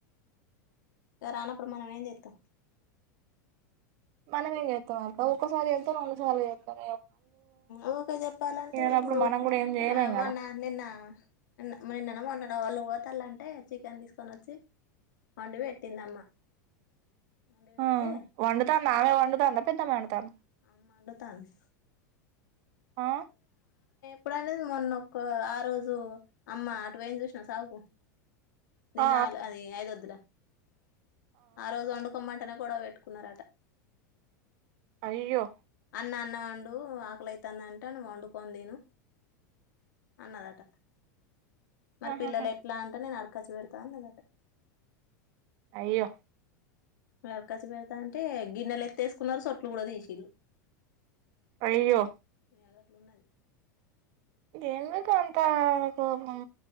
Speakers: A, on the left; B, on the right.
A: ఇక రానప్పుడు మనం ఏం జేత్తం
B: మనమేమ్ చేత్తం అబ్బ ఒక్కసారి చెత్తాం రెండుసార్లు చెత్తాం
A: ఊకె చెప్పాలంటే
B: విననప్పుడు
A: ఇప్పుడు
B: మనం కూడా ఏం చేయలేం
A: ఆ మొన్న
B: కదా
A: నిన్న నిన్న నిన్ననో మొన్ననో వాళ్ళు ఓతల్లంటె చికెన్ తీసుకొనొచ్చి వండి పెట్టిందమ్మ వండి పెడితే
B: ఆ వండుతాంది ఆమె వండుతాందా పెద్దమ్మ వండుతాందా
A: అమ్మండుతాంది
B: ఆ
A: ఇప్పుడనేది మొన్నక్కో ఆ రోజు అమ్మ అటు పోయింది చూసినవ్ సావుకు దీనాల్
B: ఆ
A: అది ఐదు వద్ల ఆ రోజు వండుకమ తనగొడవ పెట్టుకున్నారట
B: అయ్యో
A: అన్న అన్న మండు ఆక్లై అతుందంటే అని వండుకోని తను అన్నదట మరి
B: ఆహాహా
A: పిల్లలు ఎట్లా అంటే నేను అ అక్కచ పెడతాదట్ట
B: అయ్యో
A: మరకాసి పెడతా అంటే గిన్నెలు ఎత్తేసుకున్నారు చొట్లు కూడా తీసింలు
B: అయ్యో
A: అది అట్లా ఉన్నది
B: ఏమికు అంత కోపం